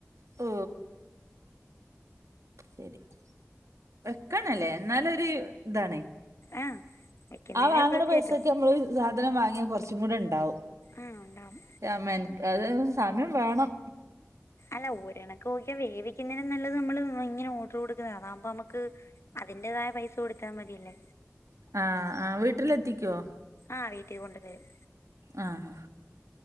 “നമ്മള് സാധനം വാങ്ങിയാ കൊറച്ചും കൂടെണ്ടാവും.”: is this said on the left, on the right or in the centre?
Right